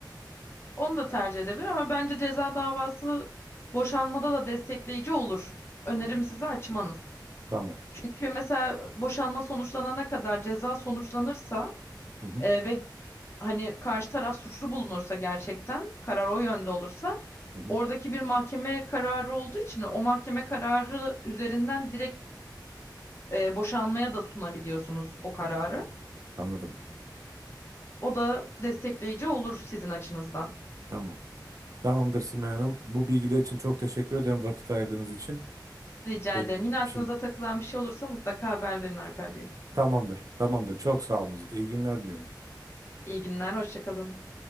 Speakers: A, on the left (about 35°); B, on the right (about 50°).
A: Onu da tercih edebilir ama bence ceza davası boşanmada da destekleyici olur. Önerim
B: Hmm.
A: size açmanız.
B: Tamam.
A: Çünkü mesela boşanma sonuçlanana kadar ceza sonuçlanırsa
B: Hı hı.
A: e, ve hani karşı taraf suçlu bulunursa gerçekten karar o yönde olursa
B: Hı hı.
A: oradaki bir mahkeme kararı olduğu için o mahkeme kararı üzerinden direkt e, boşanmaya da sunabiliyorsunuz o kararı.
B: Anladım. Anladım.
A: O da destekleyici olur sizin açınızdan.
B: Tamam. Tamamdır Simay Hanım. Bu bilgiler için çok teşekkür ederim vakit ayırdığınız için.
A: Rica
B: Benim
A: ederim. Yine aklınıza
B: şimdi
A: takılan bir şey olursa mutlaka haber verin Alper Bey.
B: tamamdır. Tamamdır. Çok sağ olunuz. İyi günler diliyorum.
A: İyi günler, hoşça kalın.